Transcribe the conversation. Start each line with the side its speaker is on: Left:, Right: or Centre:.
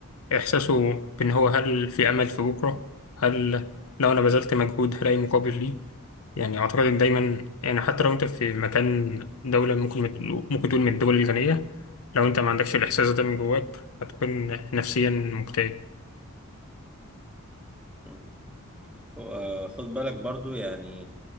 Left: إحساسه بإن هو هل في أمل في بكرة؟ هل لو أنا بذلت مجهود هلاقي مقابل ليه؟ يعني أعتقد إن دايما يعني حتى لو أنت في مكان دولة ممكن ممكن تقول من الدول الغنية لو أنت ما عندكش الإحساس ده من جواك هتكون نفسيا مكتئب
Centre: مم. وخد بالك برضو يعني